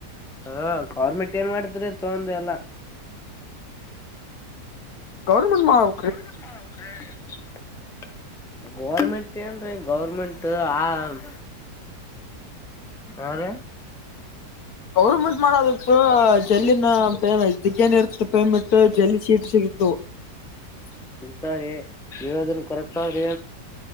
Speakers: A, in the centre; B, on the left.
A: ಹಾ ಗೌರ್ಮೆಂಟ್ ಏನ್ ಮಾಡ್ತರಿ ತಗೊಂಡ ಎಲ್ಲಾ.
B: ಗೌರ್ಮೆಂಟ್ ಮಾಡ್
A: <inaudible> ಗೋರ್ಮೆಂಟ್ ಏನ್ರೀ ಗೌರ್ಮೆಂಟ್ ಆ ಹಾ ರೀ.
B: ಗೌರ್ಮೆಂಟ್ ಮಾಡೋದಿತ್ತು ಜಲ್ಲಿನ ಪೇಮ್ ಇದಕ್ಕ ಏನ್ ಇರ್ತ ಪೇಮೆಂಟ್ ಜಲ್ದಿ ಸೀಟ್ ಸಿಗತ್ವು. ಹ
A: ಸಿಗ್ತಾವ್ರೆ ನೀವದನ್ನ ಕರೆಕ್ಟ್ ಆದ್ರೆ